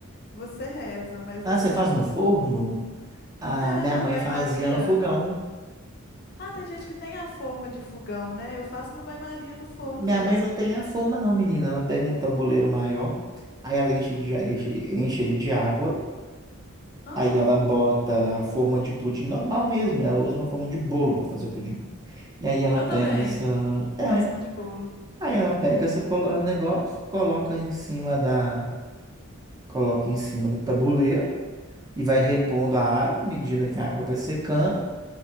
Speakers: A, on the left; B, on the right.
A: você reza, mas
B: Ah,
A: assim,
B: você faz no forno? A
A: ah,
B: minha mãe
A: banho-maria.
B: fazia no fogão.
A: Ah, tem gente que tem a forma de fogão, né? Eu faço no banho-maria, no forno
B: Minha
A: mesmo.
B: mãe não tem a forma, não, menina. Ela pega um tabuleiro maior, aí ela enche, de, enche, enche ele de água,
A: Ah,
B: aí ela bota a forma de pudim normal mesmo. né? Ela usa uma forma de bolo para fazer o pudim. E aí ela
A: eu
B: pega
A: também.
B: essa. É.
A: Faço na de bolo.
B: Aí ela pega esse negócio, coloca em cima da. Coloca em cima do tabuleiro e vai repondo a água à medida que a água vai secando